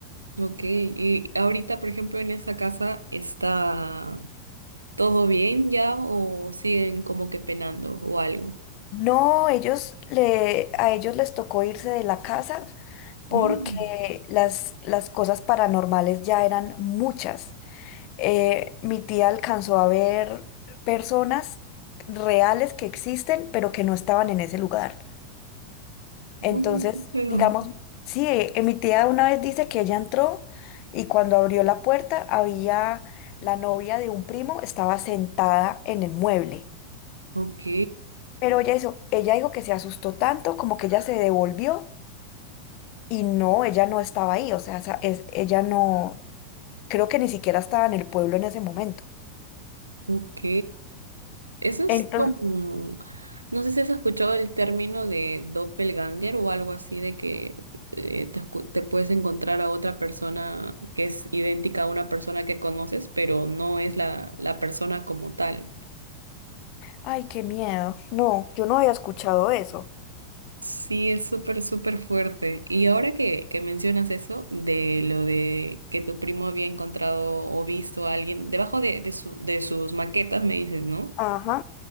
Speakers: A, on the right; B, on the left.
A: Ok, y ahorita, por ejemplo, en esa casa, ¿está todo bien ya o siguen como que penando o algo?
B: No, ellos le, a ellos les tocó irse de la casa porque
A: Mm,
B: las, las cosas paranormales ya eran muchas. Eh, mi tía alcanzó a ver personas reales que existen, pero que no estaban en ese lugar. Entonces,
A: no, no, no, pero-
B: digamos, sí, eh, eh, mi tía una vez dice que ella entró y cuando abrió la puerta había la novia de un primo, estaba sentada en el mueble.
A: Ok.
B: Pero ella hizo- ella dijo que se asustó tanto como que ella se devolvió y no, ella no estaba ahí, o sea, esa- es, ella no, creo que ni siquiera estaba en el pueblo en ese momento.
A: Ok, eso es
B: Entonces,
A: como, no sé si has escuchado el término de doppelganger o algo así, de que eh, te, escu- te puedes encontrar a otra persona que es idéntica a una persona que conoces, pero no es la, la persona como tal.
B: ay, qué miedo. No, yo no había escuchado eso.
A: Sí, es súper, súper fuerte. Y ahora que, que mencionas eso, de lo de que tu primo había encontrado o visto a alguien debajo de, de, su, de sus maquetas, me dices, ¿no?
B: Ajá,